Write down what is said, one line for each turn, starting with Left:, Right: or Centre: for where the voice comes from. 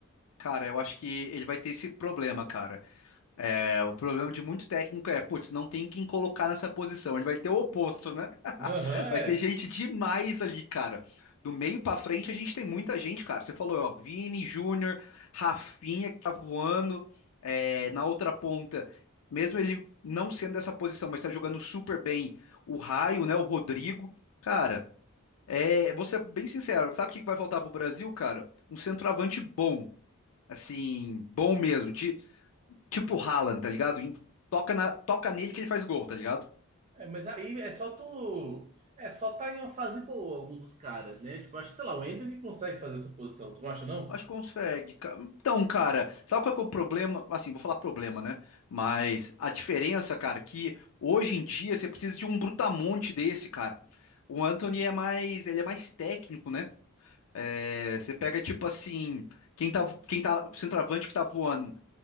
Left: cara, eu acho que ele vai ter esse problema, cara. É, o problema de muito técnico é, putz, não tem quem colocar nessa posição. Ele vai ter o oposto, né? <laughs>
Right: Aham,
Left: Vai
Right: é.
Left: ter gente demais ali, cara. Do meio pra frente, a gente tem muita gente, cara. Você falou, ó, Vini, Júnior, Rafinha, que tá voando. É, na outra ponta, mesmo ele não sendo dessa posição, mas tá jogando super bem, o Raio, né? O Rodrigo. Cara, é, vou ser bem sincero, sabe o que que vai faltar pro Brasil, cara? Um centroavante bom. Assim, bom mesmo. De, Tipo o Haaland, tá ligado? Em- Toca, na- toca nele que ele faz gol, tá ligado?
Right: É, mas aí é só tu. É só tá em uma fase boa, algum dos caras, né? Tipo, acho que, sei lá, o Ender que consegue fazer essa posição, tu não acha, não?
Left: Acho que consegue. ca- Então, cara, sabe qual que é o problema? Assim, vou falar problema, né? Mas a diferença, cara, é que hoje em dia você precisa de um brutamonte desse, cara. O Anthony é mais, ele é mais técnico, né? É,
Right: Hum.
Left: você pega tipo assim, quem tá, quem tá centroavante que tá voando.